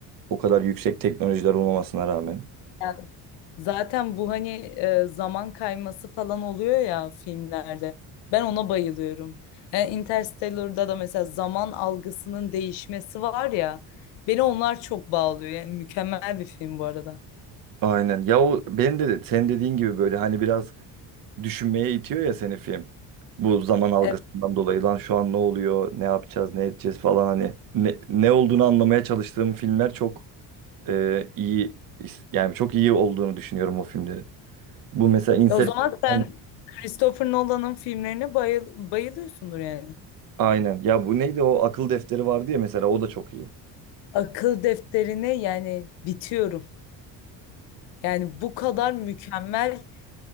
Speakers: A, on the right; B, on the left.
A: O kadar yüksek teknolojiler olmamasına rağmen.
B: Yani Zaten bu hani e, zaman kayması falan oluyor ya filmlerde. Ben ona bayılıyorum. Yani Interstellar'da da mesela zaman algısının değişmesi var ya. Beni onlar çok bağlıyor. Yani mükemmel bir film bu arada.
A: Aynen. Ya o benim de sen dediğin gibi böyle hani biraz düşünmeye itiyor ya seni film. Bu zaman algısından
B: Evet.
A: dolayı lan şu an ne oluyor, ne yapacağız, ne edeceğiz falan hani ne, ne olduğunu anlamaya çalıştığım filmler çok e, iyi yani çok iyi olduğunu düşünüyorum o filmlerin. Bu mesela Inception
B: O zaman sen Christopher Nolan'ın filmlerine bayıl bayılıyorsundur yani.
A: aynen. Ya bu neydi o akıl defteri vardı ya mesela o da çok iyi.
B: Akıl defterine yani bitiyorum. Yani bu kadar mükemmel